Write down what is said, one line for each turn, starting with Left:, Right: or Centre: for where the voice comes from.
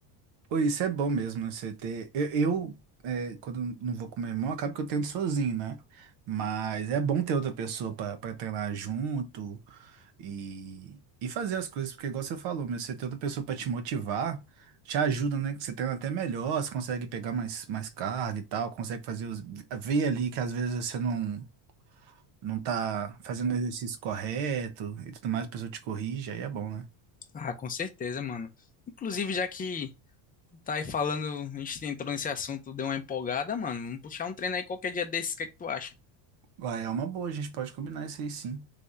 Right: Pô, isso é bom mesmo, né? Você ter. Eu, eu, é, quando eu não vou com meu irmão, acaba que eu treino sozinho, né? Mas é bom ter outra pessoa pra pra treinar junto. E, e fazer as coisas, porque igual você falou, meu, você ter outra pessoa pra te motivar, te ajuda, né? Que você treina até melhor, você consegue pegar mais, mais carga e tal, consegue fazer os, ver ali que às vezes você não, não tá fazendo o exercício correto e tudo mais, a pessoa te corrige, aí é bom, né?
Left: Ah, com certeza, mano. Inclusive, já que tá aí falando, a gente entrou nesse assunto, deu uma empolgada, mano. Vamos puxar um treino aí qualquer dia desses, o que é que tu acha?
Right: Uai, é uma boa, a gente pode combinar isso aí sim.